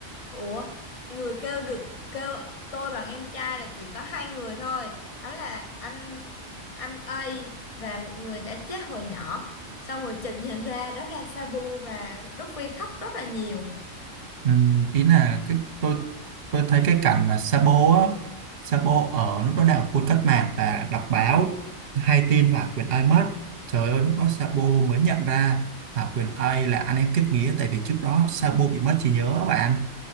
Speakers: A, on the left; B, on the right.
A: ủa người kêu được kêu tôi bằng em trai là chỉ có hai người thôi, đó là anh anh A và một người đã chết hồi nhỏ, xong rồi chợt nhận ra đó là Sabo và Đức Phi khóc rất là nhiều.
B: Ừ, ý là cái tôi tôi thấy cái cảnh mà Sabo á Sabo ở lúc đó đang ở quân cách mạng và đọc báo hay tin Hòa Quyền Ai mất trời ơi lúc đó Sabo mới nhận ra Hòa Quyền Ai là anh em kết nghĩa tại vì trước đó Sabo bị mất trí nhớ á bạn